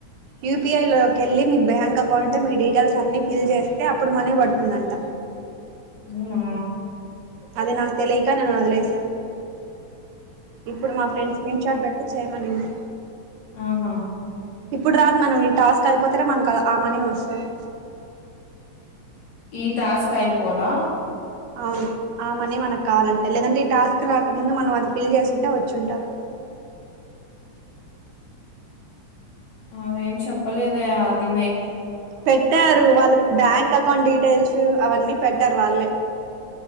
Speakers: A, on the right (about 80°); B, on the left (about 60°).
A: యూపీఐలోకి వెళ్ళి మీ బ్యాంక్ అకౌంట్ మీ డీటెయిల్స్ అన్ని ఫిల్ చేస్తే అప్పుడు మనీ పడుతుందంట
B: అవునా
A: అది నాకు తెలియక నేను వదిలేస ఇప్పుడు మా ఫ్రెండ్స్ స్క్రీన్ షాట్ బెట్టిసి చేయమనింది
B: ఆహా
A: ఇప్పుడు రాదు మనం ఈ టాస్క్ అయిపోతేనే మనకు ఆ మనీ వస్తది
B: ఈ టాస్క్ అయి పోలా
A: అవును ఆ మనీ మనకు కావాలంటే లేదంటే ఈ టాస్క్ రాకముందు మనం అది ఫిల్ చేసుంటే వచ్చుంటాది
B: అవేం చెప్పలేదే అది మీ
A: పెట్టారు వాళ్ళ బ్యాంక్ అకౌంట్ డీటెయిల్స్ అవన్నీ పెట్టారు వాళ్ళే